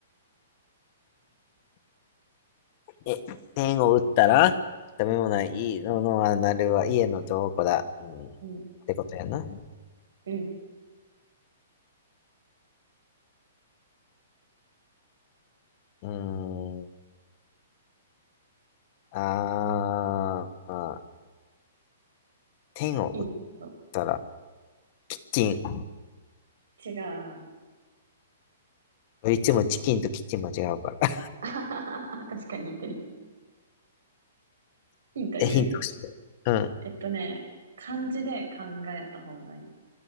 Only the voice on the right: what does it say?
うん。
うん
ヒント。
違う。
<laughs> 確かに似てる。
ヒント言う
えっとね、漢字で考えた方がい